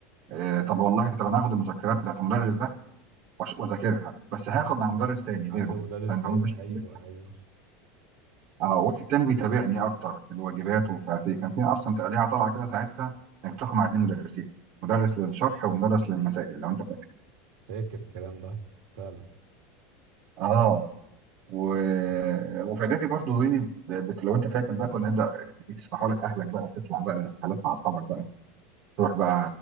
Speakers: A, on the right; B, on the right.
A: آه، طب والله طب انا هاخد المذكرات بتاعت المدرس ده وأش- واذاكرها بس هاخد مع مدرس تاني
B: عنده
A: غيره
B: مدرس
A: لان
B: تاني
A: هو مش
B: أيوه
A: مش-
B: أيوه
A: اه واحد تاني بيتابعني اكتر في الواجبات ومش عارف ايه كان في اصلا تقليعه طالعه كده ساعتها انك تاخد مع اتنين مدرسين مدرس للشرح ومدرس للمسائل لو انت فاكر
B: فاكر الكلام ده فعلا
A: اه و... وفي اعدادي برضو دي بت... لو انت فاكر بقى كنا نبدا يسمحوا لك اهلك بقى تطلع بقى رحلات مع اصحابك بقى تروح بقى